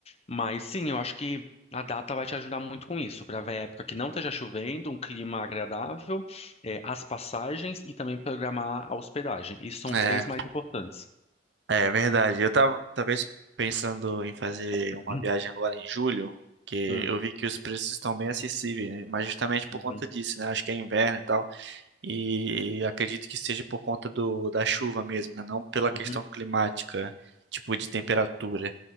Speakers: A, on the left; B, on the right.
A: Mas sim, eu acho que a data vai te ajudar muito com isso, para ver a época que não esteja chovendo, um clima agradável, eh, as passagens e também programar a hospedagem. Isso são os
B: É.
A: três mais importantes.
B: É verdade. Eu tava talvez pensando em fazer
A: <clears throat>
B: uma viagem agora em julho, que
A: Hum,
B: eu vi que os preços estão bem acessíveis, né? Mas justamente por
A: uhum,
B: conta disso, né? Acho que é inverno e tal. E, e acredito que seja por conta do, da chuva mesmo, né? Não pela questão
A: uhum.
B: climática, tipo de temperatura.